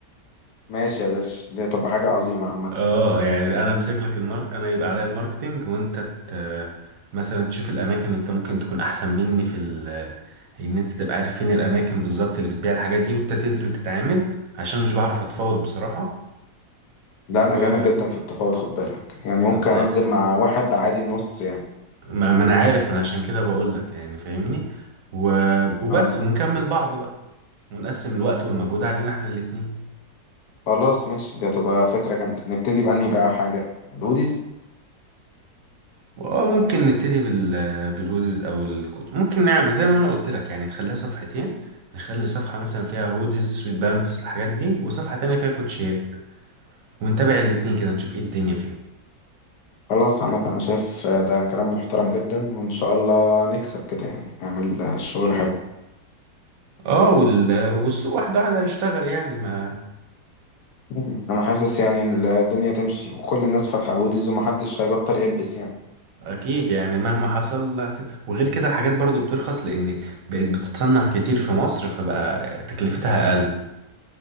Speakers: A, on the left; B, on the right.
A: ماشي يا باشا دي هتبقى حاجة عظيمة عامة
B: اه يعني
A: مم.
B: انا امسك لك المارك انا يبقى عليا الماركتينج وانت ت... مثلا تشوف الاماكن انت ممكن تكون احسن مني في ال... ان انت تبقى عارف فين الاماكن بالظبط اللي بتبيع الحاجات دي وانت تنزل تتعامل عشان مش بعرف اتفاوض بصراحة
A: لا
B: و
A: أنا جامد جدا في التفاوض خد بالك يعني ممكن
B: طب زي
A: أنزل مع واحد عادي النص يعني
B: ما, ما انا عارف ما انا عشان كده بقول لك يعني فاهمني و... وبس
A: اه
B: ونكمل بعض بقى ونقسم الوقت والمجهود علينا احنا الاتنين
A: خلاص ماشي دي هتبقى فكرة جامدة نبتدي بأنهي بقى حاجة الهوديز
B: اه ممكن نبتدي بال بالهودز او الكوت ممكن نعمل زي ما انا قلت لك يعني نخليها صفحتين نخلي صفحة مثلا فيها هودز سويت بانتس الحاجات دي وصفحة تانية فيها كوتشيات ونتابع الاتنين كده نشوف ايه الدنيا فيها
A: خلاص عامة أنا شايف ده كلام محترم جدا وإن شاء الله نكسب كده يعني نعمل شغل حلو
B: اه وال... والسوق واحدة واحدة هيشتغل يعني ما
A: مم. أنا حاسس يعني الدنيا تمشي وكل الناس فاتحة هوديز ومحدش هيبطل يلبس يعني
B: اكيد يعني مهما حصل هت- وغير كده الحاجات برضو بترخص لان بقت بتتصنع كتير في مصر فبقى تكلفتها اقل